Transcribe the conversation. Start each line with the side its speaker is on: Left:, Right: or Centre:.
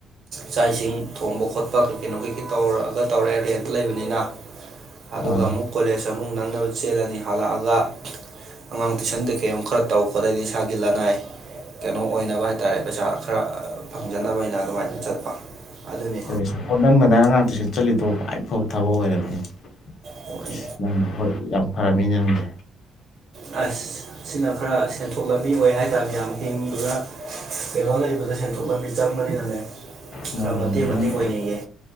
Right: ꯆꯥꯛ ꯏꯁꯤꯡ ꯊꯣꯡꯕ ꯈꯣꯠꯄ ꯀꯩ ꯀꯩꯅꯣ ꯀꯩꯀꯩ ꯇꯧꯔꯛꯑꯒ ꯇꯧꯔꯑꯦ ꯔꯦꯟꯇ ꯂꯩꯕꯅꯤꯅ ꯑꯗꯨꯒ
Left: ꯑꯥ
Right: ꯑꯃꯨꯛ ꯀꯣꯂꯦꯖ ꯑꯃꯨꯛ ꯅꯪꯅꯕ ꯆꯦꯜꯂꯅꯤ ꯍꯜꯂꯛꯑꯒ ꯑꯉꯥꯡ ꯇꯨꯏꯁꯟ ꯀꯩꯀꯩꯣꯛ ꯈꯔ ꯇꯧ ꯈꯣꯠꯂꯛꯗꯤ ꯏꯁꯥꯒꯤ ꯂꯅꯥꯏ ꯀꯩꯅꯣ ꯑꯣꯏꯅꯕ ꯍꯥꯏ ꯇꯥꯔꯦ ꯄꯩꯁꯥ ꯈꯔ ꯐꯪꯖꯅꯕ ꯑꯣꯏꯅ ꯑꯗꯨꯃꯥꯏꯅ ꯆꯠꯄ ꯑꯗꯨꯅꯤ
Left: ꯍꯣꯏ ꯁ ꯅꯪ ꯗꯥꯏꯅ ꯑꯉꯥꯡ ꯇꯨꯏꯁꯟ ꯆꯠꯂꯤꯗꯣ ꯈ꯭ꯏꯐꯕꯑꯣ ꯊꯕꯛ ꯑꯣꯏꯔꯕꯅꯤ
Right: ꯍ
Left: ꯑꯁ ꯅꯪ ꯍꯣꯏ ꯌꯥꯝ ꯐꯔꯝꯃꯤꯅꯦ ꯅꯪꯗꯤ
Right: ꯑꯁ ꯁꯤꯅ ꯈꯔ ꯁꯦꯟꯊꯣꯛ ꯂꯝꯕꯤ ꯑꯣꯏ ꯍꯥꯏꯇꯥꯔꯦ ꯃ ꯌꯥꯝ ꯍꯤꯡꯗꯨꯅ ꯀꯩꯅꯣ ꯂꯩꯕꯗ ꯁꯦꯟꯊꯣꯛ ꯂꯝ ꯃꯤ ꯆꯪꯕꯅꯤꯅꯅꯦ
Left: ꯃꯥꯅꯤ
Right: ꯈꯔ ꯃꯇꯦꯡ
Left: ꯃꯥꯅꯤ
Right: ꯃꯇꯦꯡ
Left: ꯅꯪ
Right: ꯑꯣꯏꯅꯩꯌꯦ